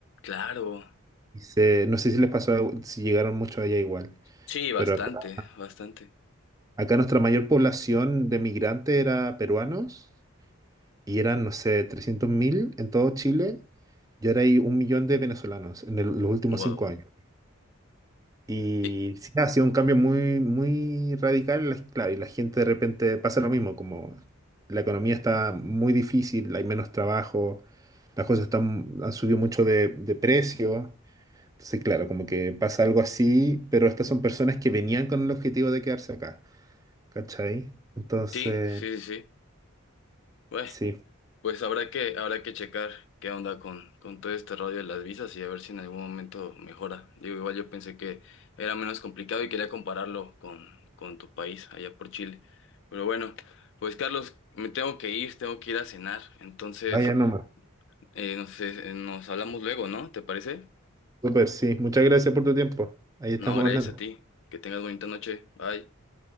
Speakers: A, on the left (about 55°); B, on the right (about 15°).
A: Claro,
B: Y se- no sé si les pasó, algo- si llegaron muchos allá igual,
A: sí, bastante,
B: pero acá,
A: bastante.
B: acá nuestra mayor población de migrantes era peruanos y eran, no sé, 300.000 en todo Chile y ahora hay un millón de venezolanos en el- los últimos
A: Wow.
B: cinco años. Y
A: Y,
B: sí, ha sido un cambio muy, muy radical, la- claro, y la gente de repente pasa lo mismo, como la economía está muy difícil, hay menos trabajo, las cosas están, han subido mucho de, de precio. Entonces, claro, como que pasa algo así, pero estas son personas que venían con el objetivo de quedarse acá, ¿cachai? Entonces,
A: sí, sí, sí, sí. Bueno,
B: sí,
A: pues habrá que, habrá que checar qué onda con, con todo este rollo de las visas y a ver si en algún momento mejora. Digo, igual yo pensé que era menos complicado y quería compararlo con, con tu país, allá por Chile. Pero bueno, pues Carlos, me tengo que ir, tengo que ir a cenar. Entonces,
B: vaya nomás.
A: eh, no sé, eh, nos hablamos luego, ¿no? ¿Te parece?
B: Súper, sí. Muchas gracias por tu tiempo. Ahí estamos
A: No, gracias
B: hablando.
A: a ti. Que tengas bonita noche. Bye.